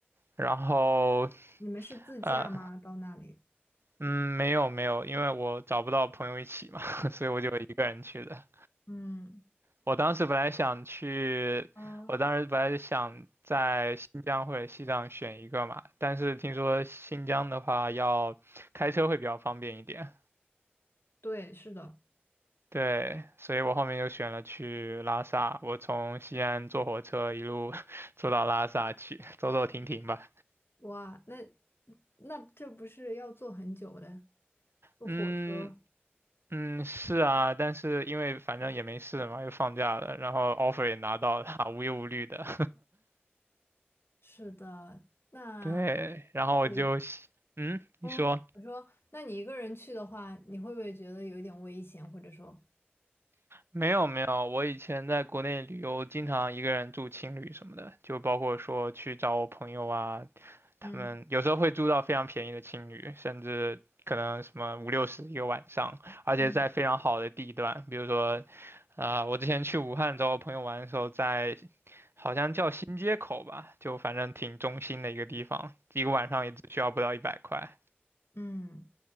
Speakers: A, on the right (about 80°); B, on the left (about 75°).
A: 然后
B: 你们是自驾吗？
A: 呃，
B: 到那里？
A: 嗯，没有没有，因为我找不到朋友一起嘛，<laughs> 所以我就一个人去的。
B: 嗯
A: 我当时本来想去，
B: 啊，
A: 我当时本来是想在新疆或者西藏选一个嘛，但是听说新疆的话要开车会比较方便一点，
B: 对，是的。
A: 对，所以我后面就选了去拉萨，我从西安坐火车一路 <laughs> 坐到拉萨去，走走停停吧。
B: 哇，那那这不是要坐很久的？坐火车，
A: 嗯嗯，是啊，但是因为反正也没事嘛，又放假了，然后 offer 也拿到了，无忧无虑的，
B: 是的。
A: <laughs>
B: 那
A: 对，然后我就，
B: 那你
A: 嗯，你说。
B: 嗯，我说，那你一个人去的话，你会不会觉得有一点危险，或者说，
A: 没有没有，我以前在国内旅游，经常一个人住青旅什么的，就包括说去找我朋友啊，他们有时候会住到非常便宜的青旅，
B: 嗯
A: 甚至可能什么五六十一个晚上，而且在非常好的地段，
B: 嗯
A: 比如说，啊、我之前去武汉找我朋友玩的时候在，好像叫新街口吧，就反正挺中心的一个地方，一个晚上也只需要不到一百块。
B: 嗯，